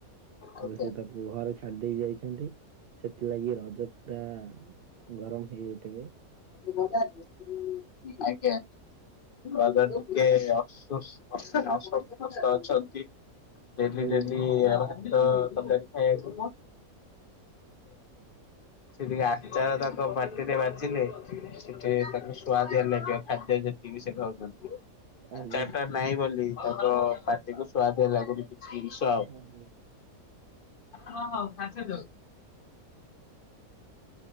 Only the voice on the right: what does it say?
ସେ ତାକୁ ଘରେ ଛାଡି ଦେଇେଇ ଯାଇଛନ୍ତି ସେଥିଲାଗି ରଜତ୍ ପୁରା ଗରମ ହେଇଯାଇଥିବେ।
ଆଜ୍ଞା
ଆଜ୍ଞା
ଆଜ୍ଞା